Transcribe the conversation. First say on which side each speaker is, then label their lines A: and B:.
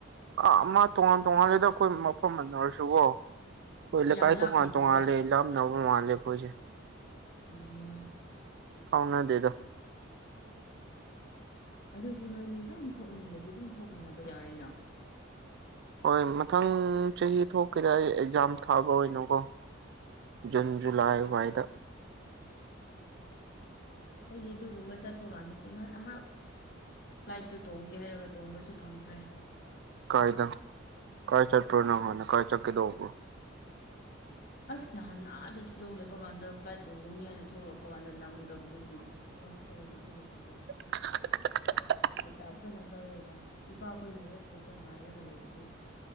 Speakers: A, on the right (about 60°); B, on the left (about 50°).
A: ꯑꯃ ꯇꯣꯉꯥꯟ ꯇꯣꯉꯥꯟꯂꯦꯗ ꯑꯈꯣꯏ ꯃꯐꯝ ꯃꯟꯅꯔꯁꯨꯀꯣ
B: <inaudible>
A: ꯑꯈꯣꯏ ꯂꯀꯥꯏ
B: ꯂꯥꯞꯅꯕ꯭ꯔꯣꯕ
A: ꯇꯣꯡꯉꯥꯟ ꯇꯣꯡꯉꯥꯟꯂꯦ ꯂꯝ ꯅꯧꯕ ꯃꯥꯂꯦ ꯑꯈꯣꯏꯁꯦ
B: ꯎꯝ
A: ꯐꯥꯎꯅꯗꯦꯗꯥ
B: ꯑꯗꯨꯁꯨ ꯅꯣꯏꯅꯤ ꯑꯗꯨꯝ ꯊꯣꯛꯅꯤꯡꯂꯗꯤ ꯑꯗꯨꯝ ꯊꯣꯛꯃꯤꯟꯅꯕ ꯌꯥꯔꯦꯅꯥ
A: ꯍꯣꯏ ꯃꯊꯪ ꯆꯍꯤ ꯊꯣꯛꯀꯦꯗꯥ ꯑꯩ ꯑꯦꯛꯖꯥꯝ ꯊꯥꯕ ꯑꯣꯏꯅꯥꯀꯣ ꯖꯨꯟ ꯖꯨꯂꯥꯏ ꯋꯥꯏꯗꯥ
B: ꯑꯩꯗꯤ ꯑꯗꯨꯒꯨꯝꯕ ꯆꯠ ꯄꯥꯀꯥꯟꯗꯁꯨ ꯅꯍꯥꯟ ꯑꯃꯔꯛ ꯐ꯭ꯂꯥꯏꯠꯇꯨ ꯇꯣꯡꯒꯦ ꯍꯥꯏꯔꯒꯥ ꯇꯣꯡꯕꯁꯨ ꯐꯪꯗ꯭ꯔꯦ
A: ꯀꯥꯏꯗꯥ ꯀꯥꯏ ꯆꯠꯄ꯭ꯔꯣ ꯅꯍꯥꯟꯅ ꯀꯥꯏ ꯆꯠꯀꯦꯗꯧꯕ꯭ꯔꯣ
B: ꯑꯁ ꯅꯍꯥꯟ ꯑꯥꯗ ꯁꯤꯂꯣꯡ ꯂꯩꯕ ꯀꯥꯟꯗ ꯐ꯭ꯂꯥꯏꯠ ꯇꯣꯡꯒꯅꯤ ꯍꯥꯏꯅ ꯊꯣꯛꯂꯛꯄ ꯀꯥꯟꯗ ꯅꯪꯗꯕꯗꯨꯗꯤ ꯕꯁꯇ ꯑꯣꯏꯅ ꯊꯣꯛꯂꯛꯄꯗꯣ
A: <inaudible>
B: ꯇꯤꯞꯇꯥꯞꯇꯅ ꯒꯧꯔꯒ ꯏꯄꯥꯈꯣꯏꯅ ꯑꯦꯌ꯭ꯔꯄꯣꯔꯠꯇ ꯉꯥꯏꯔꯒ ꯂꯩꯕꯗꯨ